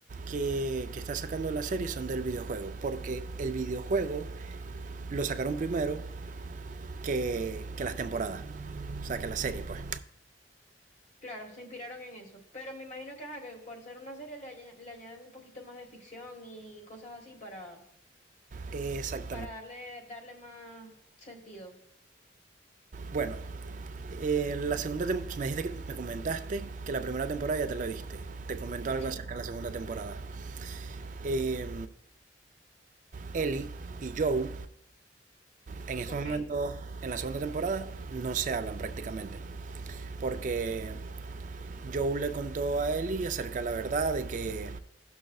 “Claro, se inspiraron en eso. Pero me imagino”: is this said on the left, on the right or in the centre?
Left